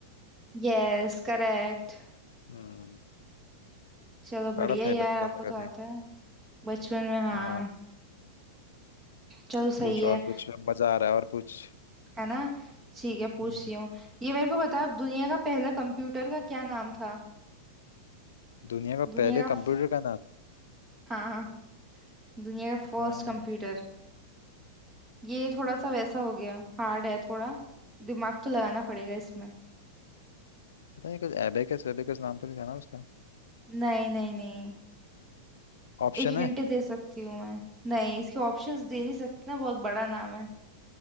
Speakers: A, on the right (about 25°); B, on the left (about 85°).
A: Yes correct
B: हम्म
A: चलो बढ़िया
B: पढ़ा था
A: यार
B: ये बचपन
A: आपको
B: में
A: तो
B: कभी
A: आता है बचपन में हाँ
B: हाँ
A: चलो सही
B: पूछ
A: है
B: और पूछ मजा आ रहा है और पूछ
A: है ना ठीक है पूछती
B: हम्म,
A: हूँ ये मेरे को बताओ दुनिया का पहला कंप्यूटर का क्या नाम था
B: दुनिया का
A: दुनिया
B: पहले
A: का
B: कंप्यूटर
A: फ-
B: का नाम
A: हाँ हाँ दुनिया का
B: हाँ,
A: फर्स्ट कंप्यूटर ये थोड़ा सा वैसा हो गया हार्ड है थोड़ा दिमाग तो लगाना पड़ेगा इसमें
B: पता नहीं कुछ एबेकस वेबेकस नाम तो नहीं था ना उसका
A: नहीं नहीं नहीं
B: ऑप्शन
A: एक हिंट
B: है
A: दे सकती हूँ मैं नहीं इसके ऑप्शंस दे नहीं सकती ना बहुत बड़ा नाम है